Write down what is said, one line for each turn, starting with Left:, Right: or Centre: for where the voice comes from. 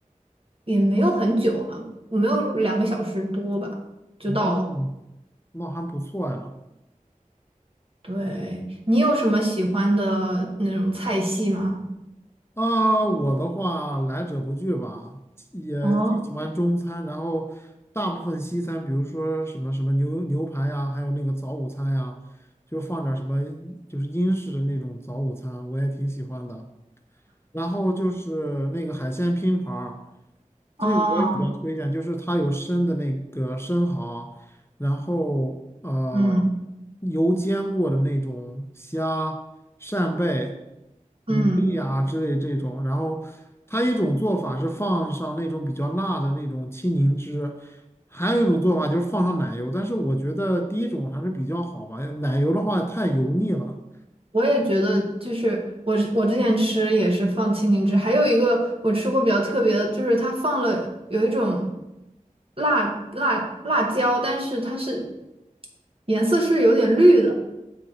Right: 也没有很久啊，没有两个小时多吧，就到了。
Left: 哦，那还不错呀。
Right: 对，你有什么喜欢的那种菜系吗？
Left: 啊，我的话来者不拒吧，也既喜欢中餐，
Right: 哦，
Left: 然后大部分西餐，比如说什么什么牛牛排呀，还有那个早午餐呀，就放点儿什么就是英式的那种早午餐，我也挺喜欢的。然后就是那个海鲜拼盘儿，
Right: 哦，
Left: 这个我也比较推荐，就是它有生的那个生蚝，然后呃
Right: 嗯
Left: 油煎过的那种虾、扇贝、
Right: 嗯，
Left: 牡蛎啊之类这种，然后它一种做法是放上那种比较辣的那种青柠汁，还有一种做法就是放上奶油，但是我觉得第一种还是比较好吧，奶油的话太油腻了。
Right: 我也觉得，就是我是我之前吃也是放青柠汁，还有一个我吃过比较特别的，就是它放了有一种辣辣辣椒，但是它是颜色是有点绿的。